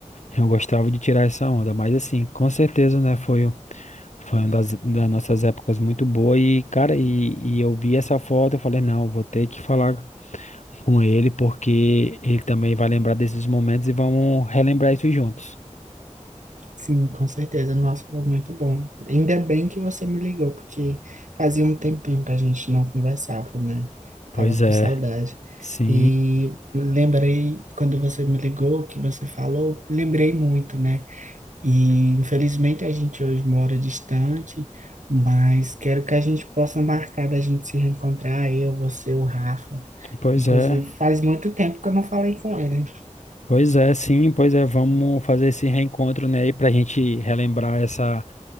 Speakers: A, on the left; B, on the right.
A: eu gostava de tirar essa onda. Mas assim, com certeza, né? Foi, o- foi uma das, das nossas épocas muito boa. E, cara, e, e eu vi essa foto, eu falei, não, vou ter que falar com ele, porque ele também vai lembrar desses momentos e vamos relembrar isso juntos.
B: Sim, com certeza. Nossa, foi muito bom. Ainda bem que você me ligou, porque fazia um tempinho que a gente não conversava, né?
A: Pois
B: Tava com
A: é,
B: saudade.
A: sim,
B: E lembrei, quando você me ligou, que você falou, lembrei muito, né? E infelizmente a gente hoje mora distante, mas quero que a gente possa marcar da gente se reencontrar, eu, você, o Rafa
A: pois
B: Inclusive,
A: é.
B: faz muito tempo que eu não falei com ele.
A: Pois é, sim, pois é, vamos fazer esse reencontro, né, aí pra gente relembrar essa